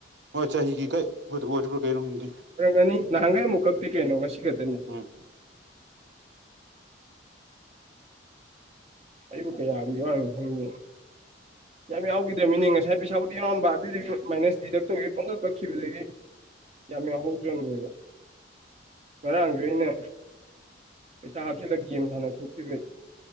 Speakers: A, on the right; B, on the right.
A: ꯍꯣꯏ ꯆꯍꯤꯒꯤ ꯀꯛ ꯑꯣꯏꯔꯤꯕ꯭ꯔꯥ ꯀꯩꯅꯣ ꯈꯪꯗꯦ
B: ꯪ ꯉꯅꯤ ꯅꯍꯥꯟꯒꯩ ꯑꯃꯨꯛ ꯈꯛꯇꯤ ꯀꯩꯅꯣ ꯉꯁꯤ ꯈꯛꯇꯅꯤ
A: ꯎꯝ
B: ꯑꯩꯕꯨ ꯀꯌꯥꯅ ꯈꯪꯗꯦ ꯌꯥꯝ ꯌꯥꯎꯈꯤꯗ꯭ꯔꯕꯃꯤꯅꯤ ꯉꯁꯥꯏ ꯄꯩꯁꯥꯕꯨꯗꯤ ꯌꯥꯎꯔꯝꯕ ꯑꯗꯨꯏꯗꯒꯤ ꯃꯥꯏꯅꯁ ꯗꯤꯗꯛ ꯇꯧꯈꯤꯕ ꯄꯗ ꯀꯛꯈꯤꯕꯗꯒꯤ ꯌꯥꯝ ꯌꯥꯎꯍꯧꯗ꯭ꯔꯕꯅꯦꯕ ꯉꯔꯥꯡꯁꯨ ꯑꯩꯅ ꯄꯩꯁꯥ ꯍꯥꯞꯆꯜꯂꯛꯒꯦꯝ ꯍꯅ ꯊꯣꯛꯆꯕ꯭ꯔꯩ